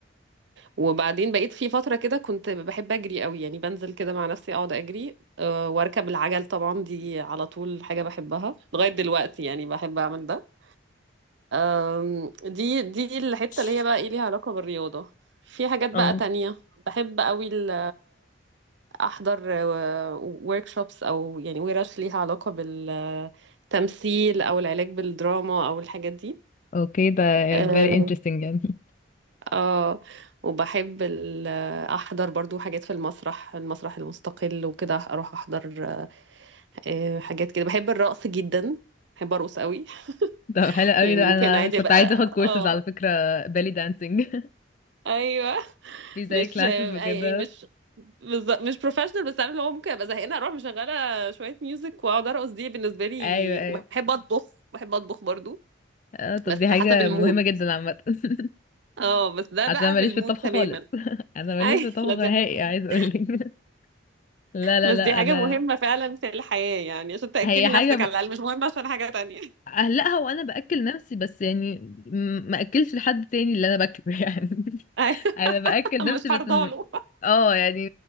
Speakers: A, on the right; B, on the left.
A: وبعدين بقيت في فترة كده كنت بحب أجري قوي يعني بنزل كده مع نفسي أقعد أجري آه، وأركب العجل طبعا دي على طول حاجة بحبها لغاية دلوقتي يعني بحب أعمل ده أم، دي دي الحتة
B: <laughs>
A: اللي هي بقى ايه ليها علاقة بالرياضة في حاجات بقى
B: اه
A: تانية بحب قوي ال- احضر workshops او يعني ورش ليها علاقة بالتمثيل او العلاج بالدراما او الحاجات دي
B: اوكي ده
A: اه
B: very interesting يعني <laughs>
A: آه، وبحب ال- احضر برضو حاجات في المسرح المسرح المستقل وكده اروح احضر آه، حاجات كده بحب الرقص جدا بحب ارقص قوي
B: ده
A: <laughs>
B: حلو قوي
A: يعني
B: ده
A: ممكن
B: انا
A: عادي
B: كنت
A: بقى
B: عايزة اخد كورسز
A: اه
B: على فكرة belly dancing
A: ايوه
B: <laughs> في زي
A: مش
B: classes
A: يعني
B: وكده
A: مش بالظ- مش بروفيشنال بس عارف اللي هو ممكن ابقى زهقانه اروح مشغله شويه ميوزك واقعد ارقص دي بالنسبه لي
B: ايوه ايوه
A: وبحب اطبخ بحب اطبخ برضو
B: اه طب
A: بس
B: دي حاجة
A: حسب المود
B: مهمة جدا عامة <laughs>
A: اه بس ده
B: عشان
A: بقى
B: انا ماليش
A: في المود
B: في الطبخ
A: تماما
B: خالص
A: <laughs>
B: انا ماليش
A: اي
B: في الطبخ
A: لا دي
B: نهائي عايز
A: <laughs>
B: اقولك لا لا
A: بس
B: لا
A: دي حاجه
B: انا
A: مهمه فعلا في الحياه يعني عشان تاكلي
B: هي حاجه
A: نفسك
B: م-
A: على الاقل مش مهمه عشان حاجه تانية
B: اهلقها وانا باكل نفسي بس يعني م- ما اكلش لحد تاني اللي انا باكله <laughs> يعني
A: ايوه <laughs>
B: انا باكل نفسي
A: مش هرضاله
B: بس م... اه يعني